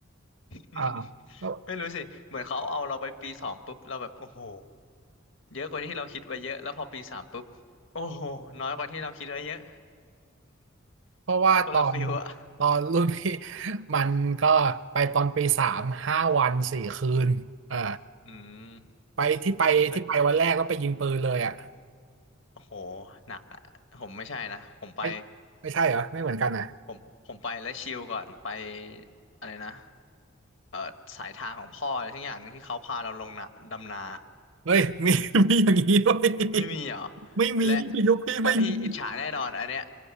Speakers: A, on the left; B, on the right.
A: <laughs> อืม
B: อ่าแล้ว
A: ไม่รู้สิเหมือนเขาเอาเราไปปีสองปุ๊บเราแบบโอ้โหเยอะกว่าที่เราคิดไว้เยอะแล้วพอปีสามปุ๊บโอ้โหน้อยกว่าที่เราคิดไว้เยอะ
B: เพราะว่าตอน
A: <laughs> คนละฟิลอะ
B: ตอนรุ่นพี่ <laughs> มันก็ไปตอนปีสามห้าวันสี่คืนอ่า
A: อืม
B: ไปที่ไปที่ไปวันแรกแล้วไปยิงปืนเลยอ่ะ
A: เอ้ โอ้โหหนักอะผมไม่ใช่นะผมไป
B: ไม่ไม่ใช่เหรอไม่เหมือนกันนะ
A: ผมผมไปแล้วชิลก่อนไปอะไรนะเออสายทางของพ่ออะไรทั้งอย่างหนึ่งที่เขาพาเราลงนะดำนา
B: เฮ้ยมีมีอย่างนี้ด้วย
A: ไม่มีเหรอ
B: ไม่มียุคพี่ไม่มี
A: และและพี่อิจฉาแน่นอนอันเนี้ย